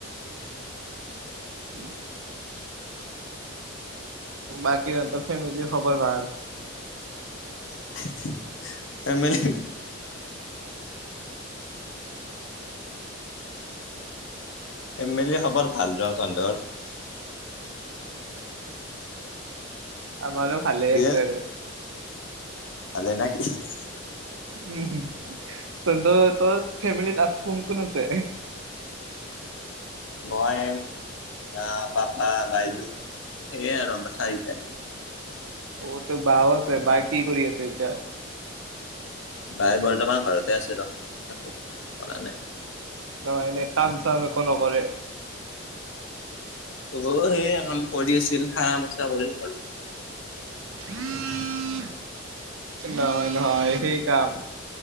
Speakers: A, on the right (about 85°); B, on the left (about 70°).
A: <inaudible> বাকী তহঁতৰ ফেমিলৰ খবৰ ভাল? <unintelligible>
B: <unintelligible> ফেমেলিৰ ফেমেলিৰ খবৰ ভাল দে তহঁতৰ? <unintelligible>
A: আমাৰো ভালে
B: দিয়ে
A: আছে আৰু
B: ভালে নেকি? <unintelligible>
A: উম তহঁতৰ ফেমিলত আছ কোন-কোন আছে? <unintelligible>
B: মই <unintelligible> আহ পাপা, বাইদেউ এইয়াই আৰু আমাৰ চাৰিটাই <unintelligible>
A: অ তোৰ বাও আছে বাই কি কৰি আছে এতিয়া? <unintelligible>
B: বাই বৰ্তমান ঘৰতে আছে ৰ একো কৰা নাই <unintelligible>
A: অহ এনেই কাম-চাম একো নকৰে? <unintelligible>
B: অ সেই কাম কৰি আছিল হাৰা-মচা কৰিল ঘ <unintelligible>
A: উম <unintelligible> নহয়-নহয় সেই কাম